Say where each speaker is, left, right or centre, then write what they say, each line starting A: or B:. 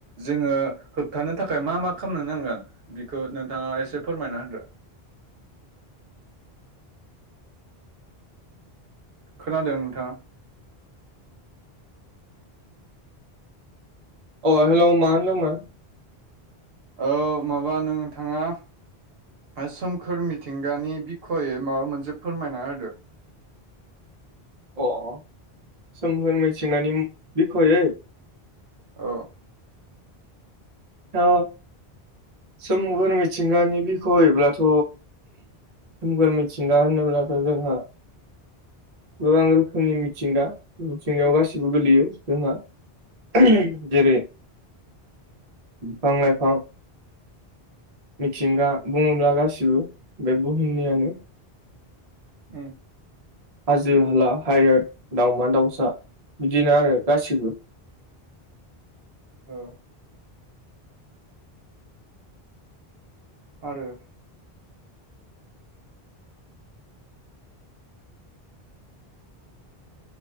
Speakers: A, on the right; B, on the right.
A: जोङो होबथानो थाखाय मा मा खालामनो नांगोन बिखौ नोंथाङा एसे फोरमायना होदो। खोनादों नोंथाङा?
B: अ हेलौ' मा होनदमोन?
A: औ माबा नों थाङा सोमखोर मिथिंगानि बिखयै माबा मोनसे फोरमायना होदो।
B: अ अ सोमहोर मिथिंगानि बिखयै
A: अ
B: औ सोमखोर मिथिंगानि बिखयब्लाथ' सोमखोर मिथिंगा होनोब्लाथ' जोंहा गोबां रोखोमनि मिथिंगा मिथिंगायाव गासिबो गोलैयो जोंहा ओहोम जेरै बिफां लाइफां। मिथिंगा बुङोब्ला गासिबो बे बुहुमनियानो
A: उम
B: हाजो हाला हायार दावमा दाउसा बिदिनो आरो गासिबो
A: ओ आरो